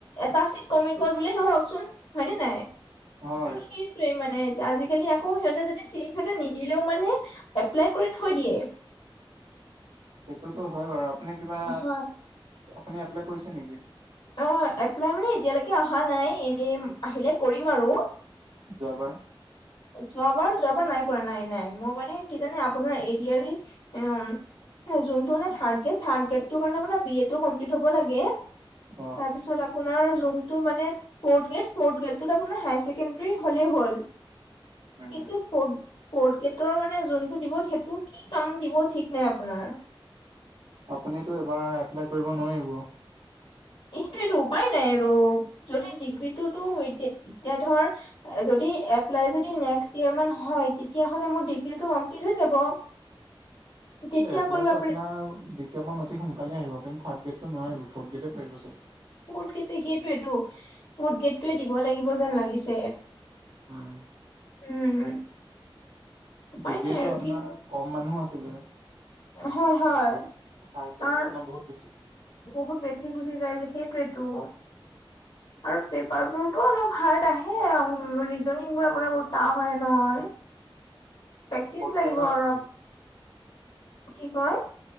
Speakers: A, on the left; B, on the right.
A: এটা চিট কমি গ'ল বোলে ধৰকচোন, হয়নে নাই?
B: হয়
A: সেইয়ে মানে এতিয়া আজিকালি আকৌ সিহঁতে যদি সিহঁতে নিদিলেও মানে, এপ্লাই কৰি থৈ দিয়ে।
B: সেইটোতো হয় বাৰু, আপুনি কিবা
A: হয়।
B: আপুনি এপ্লাই কৰিছে নেকি?
A: অ, এপ্লাই মানে এতিয়ালৈকে অহা নাই, এনে আহিলে কৰিম আৰু।
B: যোৱাবাৰ।
A: যোৱাবাৰ যোৱাবাৰ নাই কৰা নাই নাই মোৰ মানে কি জানে আপোনাৰ এডি আৰ ই উম যোনটো মানে থাৰ্ড গ্ৰেড থাৰ্ড গ্ৰেডটো কাৰণে মানে বি এ টো কমপ্লিট হব লাগে
B: অ
A: তাৰপিছত আপোন তাৰ যোনটো মানে ফৰ‌ড গ্ৰেড ফৰ্ড গ্ৰেডটোত আপোনাৰ হাই চেকেণ্ডেৰী হলেই হ'ল
B: উম
A: কিন্তু ফৰ্ড ফৰ্থ গেডৰ মানে যোনটো দিব সেইটো কি কাম দিব ঠিক নাই আপোনাৰ
B: আপুনিতো এইবাৰ এপ্লাই কৰিব নোৱাৰিব
A: এইটোৱেটো উপায় নাই আৰু যদি ডিগ্ৰীটোতো এতিয়া এতিয়া ধৰ যদি এড এপ্লাই‌ যদি নেক্স ইয়াৰ মান হয় তেতিয়া হলে মোৰ ডিগ্ৰী টো কমপ্লিট হৈ যাব তেতিয়া
B: এপ্লাইটো
A: কৰিব পাৰি
B: আপোনাৰ বিজ্ঞাপান অতি সোনকালে আহিব কিন্তু থাৰ্ড গ্ৰেডটো নোৱাৰিব ফৰ্থ গ্ৰেডে পাৰিব চাগে
A: ফৰ্থ গেতে, সেইটোৱেটো, ফৰ্থ গেটটোৱে দিব লাগিব যেন লাগিছে
B: উম'
A: উম' উপায়
B: ডিগ্ৰীটো
A: নাই আৰু
B: আপোনাৰ
A: কি
B: কম মানুহ আছিলে
A: হয়', হয়'
B: হায়াৰ ছেকেণ্ডেৰী
A: কাৰণ
B: আপোনাৰ বহুত বেছি
A: বহুত বেছি গুচি যায় যে, সেইটোৱেটো-
B: <inaudible>
A: আৰু পেপাৰ বোৰতো অলপ হাৰ্ড আহে, আৰ ৰিজনিং বোৰ আপোনাৰ বহুত টাফ আহে নহয় প্ৰেক্টিচ
B: ফৰ্থ গ্ৰেডত
A: লাগিব অলপ কি কয়?